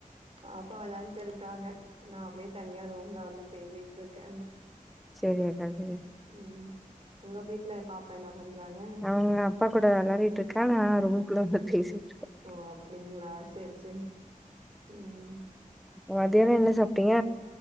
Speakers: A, on the right (about 45°); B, in the centre.
A: பாப்பா விளாண்ட்டு இருக்காங்க நா அப்டியே தனியா ரூம்ல வந்து பேசிட்டு இருக்கே
B: சேரி அக்கா சேரி
A: ம் உங்க வீட்ல பாப்பா என்ன பண்றாங்க
B: அவங்க அப்பா கூட விளாடிட்டு இருக்கா நா ரூமக்குள்ள வந்து பேசிட்டிருக்கே
A: ஓ அப்டிங்களா சேரி சேரி உம்
B: மதியானோ என்ன சாப்ட்டீங்க